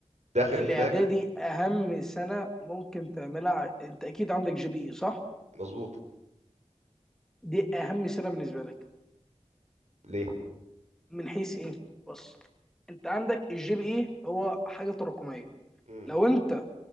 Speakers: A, on the right; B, in the centre.
A: داخل
B: الاعدادي
A: هناك
B: اهم سنه ممكن تعملها ع- انت اكيد عندك جي بي اي صح
A: مظبوط
B: دي اهم سنه بالنسبه لك
A: ليه
B: من حيث ايه بص انت عندك الجي بي اي هو حاجه تراكميه
A: مم.
B: لو انت